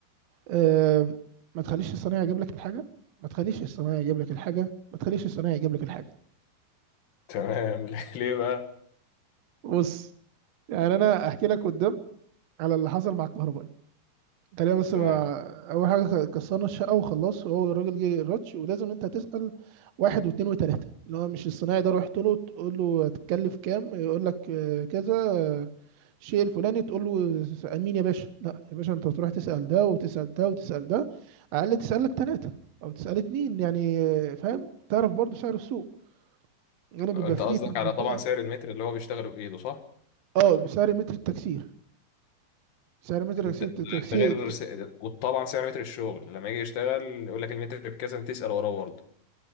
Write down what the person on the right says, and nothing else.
آم، ما تخليش الصنايعي يجيب لك الحاجة ما تخليش الصنايعي يجيب لك الحاجة ما تخليش الصنايعي يجيب لك الحاجة
بص يعني أنا أحكي لك قدام على اللي حصل مع الكهربائي تقريبا بس
ما اول حاجه كسرنا الشقه وخلاص وهو الراجل جه راتش ولازم انت تسال واحد واثنين وثلاثه اللي هو مش الصنايعي ده رحت له تقول له هتتكلف كام يقول لك آه، كذا آه، الشيء الفلاني تقول له س- مين يا باشا لا يا باشا انت تروح تسال ده وتسال ده وتسال ده على الاقل تسال لك ثلاثه او تسال اتنين يعني آه، فاهم تعرف برضو سعر السوق غير بيبقى
فيه
في المنطقه
اه بسعر متر التكسير سعر متر
التكسير
التكسير